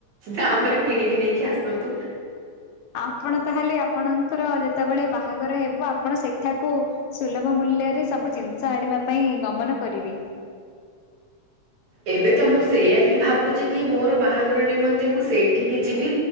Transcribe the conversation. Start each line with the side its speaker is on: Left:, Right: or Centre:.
Right: କାମରେ କିଣିକି ନେଇକି ଆସନ୍ତୁ।
Left: ଆପଣ ତାହେଲେ ଆପଣଙ୍କର ଯେତେବେଳେ ବାହାଘର ହେବ ଆପଣ ସେଠାକୁ ସୁଲଭ ମୂଲ୍ୟରେ ସବୁ ଜିନିଷ ଆଣିବା ପାଇଁ ଗମନ କରିବି।
Right: ଏବେ ତ ମୁଁ ସେଇୟା ହିଁ ଭାବୁଚି କି ମୋରୋ ବାହାଘର ନିମନ୍ତେ ମୁଁ ସେଇଠିକି ଯିବି।